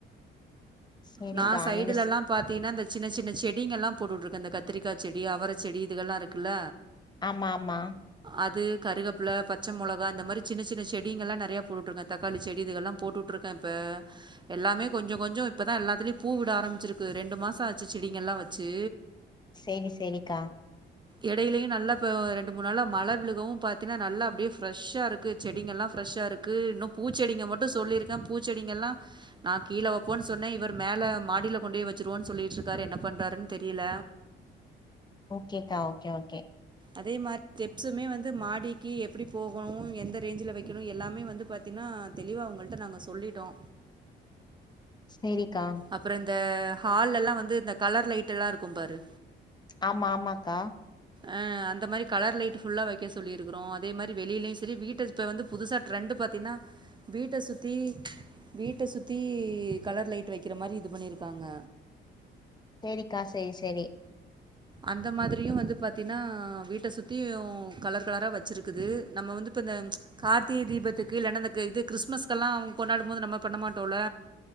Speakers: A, on the left; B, on the right.
A: சேரிக்கா
B: நா சைடுலல்லா
A: நீங்க ஸ்
B: பாத்தீனா இந்த சின்ன சின்ன செடிங்கள்லா போட்டுட்ருக்கே இந்த கத்திரிக்கா செடி அவர செடி இதுகல்லா இருக்குல்ல
A: ஆமாம்மா
B: அது கருகப்புல பச்ச மொளகா இந்த மாரி சின்ன சின்ன செடிங்கலா நெறைய போட்டுட்ருக்கே தக்காளி செடி இதுகல்லா போட்டுட்ருக்கே இப்ப எல்லாமே கொஞ்ச கொஞ்ச இப்பதா எல்லாத்துலயு பூ விட ஆரம்பிச்சிருக்கு ரெண்டு மாசோ ஆச்சு செடிங்கல்லா வச்சு
A: சேரி செரிக்கா
B: எடையிலயு நல்லா ப ரெண்டு மூன் நாள மழ விழுகவு பாத்தீனா நல்லா அப்டியே ஃபிரெஷ்ஷா இருக்கு செடிங்கல்லா ஃப்ரெஷ்ஷா இருக்கு இன்னு பூச்செடிங்க மட்டு சொல்லிருக்கே பூச்செடிங்கள்லா நா கீழ வப்போன் சொன்னே இவர் மேல மாடில கொண்டுவோய் வச்சருவோன் சொல்லிட்ருக்காரு என்ன பண்றாருன் தெரில
A: ஓகேக்கா ஓக்கே ஓக்கே
B: அதேமாரி ஸ்டெப்ஸுமே வந்து மாடிக்கு எப்புடி போகணு எந்த ரேஞ்ச்ல வெக்கணு எல்லாமே வந்து பாத் தீனா தெளிவா அவ்ங்கள்ட்ட நாங்க சொல்லிட்டோ
A: செரிக்கா
B: அப்பறோ இந்த ஹால்லலா வந்து இந்த கலர் லைட்டல்லா இருக்கும் பாரு
A: ஆம்மா ஆமாக்கா
B: அ அந்த மாரி கலர் லைட்டு ஃபுல்லா வெக்க சொல்லிருக்குறோ அதே மாரி வெளிலயு செரி வீட்ட இப்ப வந்து புதுசா ட்ரெண்டு பாத்தீனா வீட்ட சுத்தி வீட்ட சுத்தி கலர் லைட்டு வெக்கிற மாரி இது பண்ணிருக்காங்க
A: சேரிக்கா செரி செரி
B: அந்த மாதிரியு வந்து பாத்தீனா வீட்ட சுத்தியு கலர் கலரா வச்சிருக்குது நம்ம வந்து இப்ப இந்த கார்த்திக தீபத்துக்கு இல்லன்னா இந்த அ இது கிறிஸ்மஸ்கெல்லா கொண்டாடும் போது நம்ம பண்ண மாட்டோல